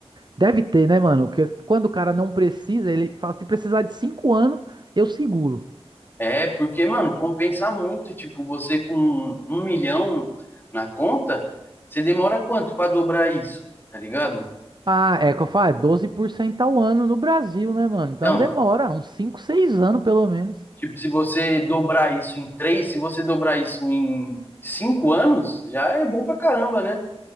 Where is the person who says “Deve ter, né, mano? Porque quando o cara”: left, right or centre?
Right